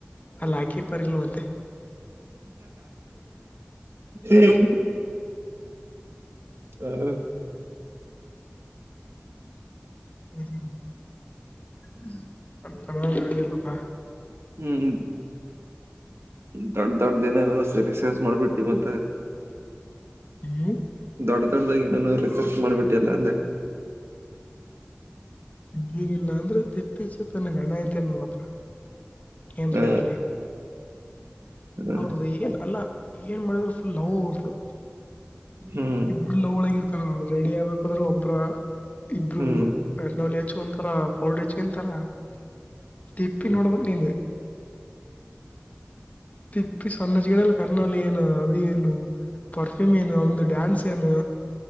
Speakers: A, on the left (about 35°); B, on the right (about 80°).
A: ಅಲ್ಲ ಹಾಕಿರ್ತರ್ಿಲ್ಲ ಮತ್ತೆ
B: ಹ್ಮ್ ಹಾ
A: ಹ್ಮ ಹ್ಮ ಕ <unintelligible>
B: ಹ್ಮ್ ದೊಡ್ ದೊಡ್ದ ಏನೇನ ಸ ರಿಸರ್ಚ್ ಮಾಡ್ಬಿಟ್ಟಿ ಮತ್ತೆ
A: ಹ್ಮ್
B: ದೊಡ್ಡ ದೊಡ್ಡ್ದಾಗಿ ಏನೇನೋ ರಿಸರ್ಚ್ ಮಾಡ್ಬಿಟ್ಟಿ ಅಲ್ಲ ಅಂದೆ
A: ನೀನಿಲ್ಲ ಅಂದ್ರೆ <unintelligible> ತನ್ನ ಅಣ್ಣ ಯ್ತೆನೆ ನೋಡಪ್ಪಾ ಏನ್ರೀ
B: ಆ,
A: ಇರ್ಲಿ
B: ಆ,
A: ಅವ್ರದದು ಏನ್ ಅಲ್ಲ ಏನ್ ಮಾಡಿದ್ರ ಫುಲ್ ಲವ ಅವರ್ದು
B: ಹ್ಮ್
A: ಇಬ್ಲ ಲವ್ ಒಳಗಿರ್ತಾರ ರೆಡಿ ಆಗ್ಬೇಕದ್ರೆ ಒಬ್ಬ್ರ ಇಬ್ರು
B: ಹ್ಮ್
A: ಫೇರ್ ಅಂಡ್ ಲವ್ಲಿ ಹಚ್ ಕೊಂತಾರ್ ಪೌಡರ್ ಹಚ್ಕೊಂತಾರ ತಿಪ್ಪಿ
B: ಹ್ಮ್
A: ನೋಡಬೇಕು ನಿಂದ್ ತಿಪ್ಪಿ ಸಣ್ಣ ಚಿಕನಲ್ಲ <unintelligible> ಏನು ಅದು ಏನು ಪರ್ಫ್ಯೂಮ್ ಏನು ಅವನದು ಡ್ಯಾನ್ಸ್ ಏನು